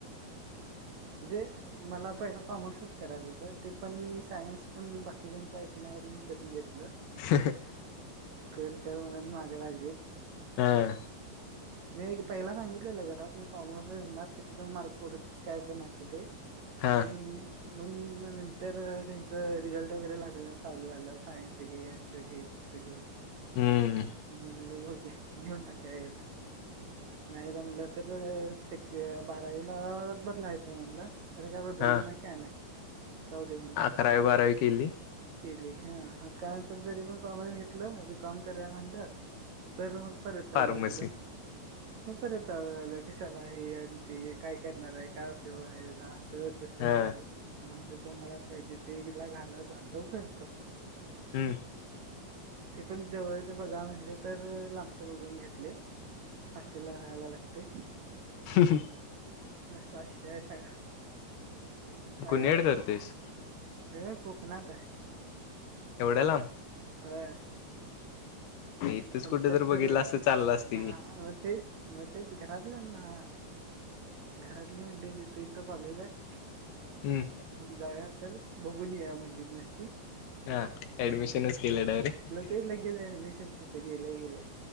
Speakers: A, on the right; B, on the left.
A: जे मला पहिलं कॉमर्सच करायचं होतं ते पण मी सायन्स पण बाकीच्यांच्या ऐकण्यावरून करून घेतलं
B: <inaudible>
A: ख कर म्हणून माग लागलेत.
B: हां
A: मी पहिला सांगितलेलं घरात मी कॉमर्स जणार किती पण मार्क पडत काय पण असते ते.
B: हा
A: <unintelligible> मग नंतर त्यांच रिझल्ट वगैरे लागलं चालू आलं सायन्स घे असं घे
B: हम्म
A: ग म्हणल घेऊन टाका एकदा नाही जमलं तर से बारावीला बदलायचं म्हणलं. अर काय बदलल
B: हा.
A: नाही काय नाही जाऊदे म्हटलं
B: अकरावी बारावी केली
A: केली हा कानंतर जरी पण कॉमर्स घेतलं बीकॉम करुया म्हणलं. तर मग परत चालू
B: फार्मसी
A: झालं मग परत आलं कशाला आहे अ ते काय करणार आहे उपयोग आहे अस तस
B: हा
A: अस म्हणज तुम्हाला पाहिजे तेला घायला जातो करतो.
B: हम्म
A: ते पण जवळच बघा म्हटले तर लांबचे बघून घेतले हॉस्टेलला. काला लागते
B: ह
A: असा विषय आहे सगळा काय
B: कुणीकडे
A: करायच
B: करतोयस
A: हे कोकणात आहे.
B: एवढ्या लांब
A: ह्ं
B: इथच
A: पंचाहत्तर
B: कुठे तर बघितलं असतं चाललं असत की
A: ह मग तेच मग तेच घरातल्या ना घरातली म्हणली तथ इथ कॉलेज आहे.
B: हम्म
A: जाऊ चल बघून या म्हणली नसती
B: हा अऍडमिशनच केल डायरेक्ट.
A: त लगेच ऍडमिशन तिथे गेल्या गेल्या.